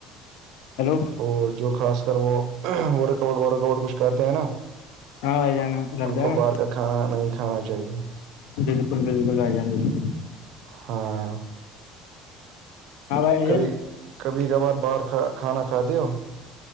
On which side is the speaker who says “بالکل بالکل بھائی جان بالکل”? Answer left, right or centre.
Left